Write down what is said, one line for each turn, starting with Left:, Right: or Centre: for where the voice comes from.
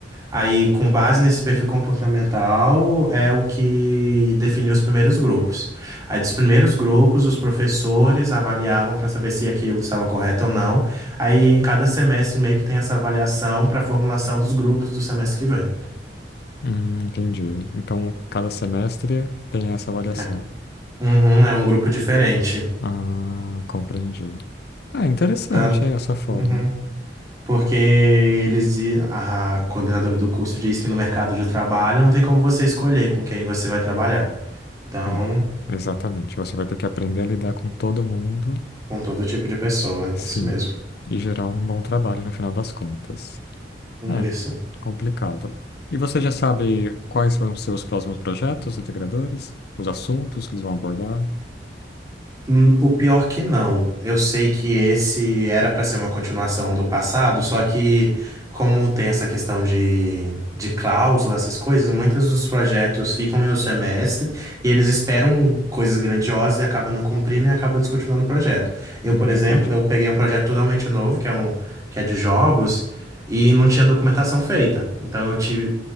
Right: Aí, com base nesse perfil comportamental, é o que definiu os primeiros grupos. Aí, dos primeiros grupos, os professores avaliavam para saber se aquilo estava correto ou não. Aí, em cada semestre, meio que tem essa avaliação para a formulação dos grupos do semestre que vem.
Left: hum, entendi. Então, cada semestre tem essa avaliação.
Right: É. Uhum, é um grupo diferente.
Left: Ah, compreendi. Ah, interessante
Right: Tanto.
Left: é essa forma.
Right: Uhum. Porque eles, di- a coordenadora do curso diz que no mercado de trabalho não tem como você escolher com quem você vai trabalhar. Então,
Left: É, exatamente. Você vai ter que aprender a lidar com todo mundo
Right: com todo tipo de pessoa,
Left: Sim,
Right: isso mesmo.
Left: e gerar um bom trabalho no final das contas. É,
Right: Isso.
Left: complicado. E você já sabe quais são os seus próximos projetos integradores? Os assuntos que eles vão abordar?
Right: Hum, O pior que não. Eu sei que esse era pra ser uma continuação do passado, só que como tem essa questão de, de cláusula, essas coisas, muitos dos projetos ficam em um semestre e eles esperam coisas grandiosas e acabam não cumprindo e acabam descontinuando o projeto. Eu,
Left: Hum,
Right: por exemplo,
Left: entendi.
Right: eu peguei um projeto totalmente novo, que é um que é de jogos, e não tinha documentação feita. Então eu tive,